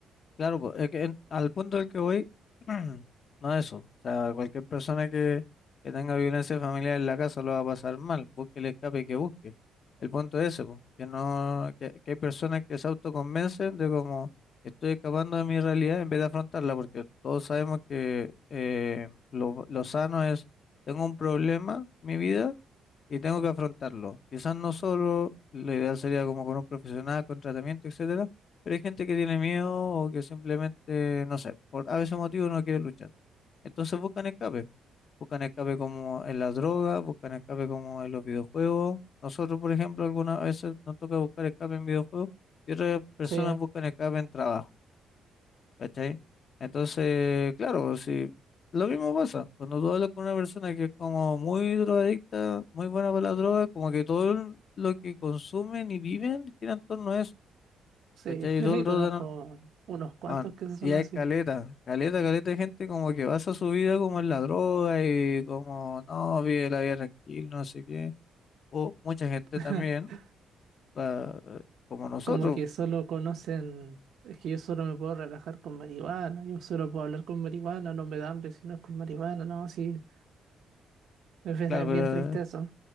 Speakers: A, on the left; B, on the right.
A: Claro, pues, es que en- al punto del que voy, <clears throat> no es eso. O sea, cualquier persona que, que tenga violencia familiar en la casa lo va a pasar mal, busque el escape que busque. El punto es ese, pues, que no, que, que hay personas que se autoconvencen de como estoy escapando de mi realidad en vez de afrontarla, porque todos sabemos que eh, lo, lo sano es, tengo un problema en mi vida y tengo que afrontarlo. Quizás no solo, la idea sería como con un profesional, con tratamiento, etcétera, pero hay gente que tiene miedo o que simplemente, no sé, por a veces motivo no quiere luchar. Entonces buscan escape, buscan escape como en las drogas, buscan escape como en los videojuegos. Nosotros, por ejemplo, algunas veces nos toca buscar escape en videojuegos y otras personas
B: Sí,
A: buscan escape en trabajo. ¿Cachai? Entonces, claro, si lo mismo pasa, cuando tú hablas con una persona que es como muy drogadicta, muy buena para la droga, como que todo lo que consumen y viven gira en torno a eso,
B: sí,
A: ¿cachai?
B: <laughs>
A: Y todo el rato,
B: conozco
A: andan-
B: unos cuantos
A: ah,
B: que son
A: y hay
B: así.
A: caleta, caleta, caleta de gente como que basa su vida como en la droga y como, no, vive la vida tranquila, no sé qué. O mucha gente
B: <laughs>
A: también, pa- eh, como nosotros,
B: Como que solo conocen, es que yo solo me puedo relajar con marihuana, yo solo puedo hablar con marihuana, no me da hambre si no es con marihuana, no, sí, es, bien
A: claro,
B: es
A: pero
B: bien triste eso.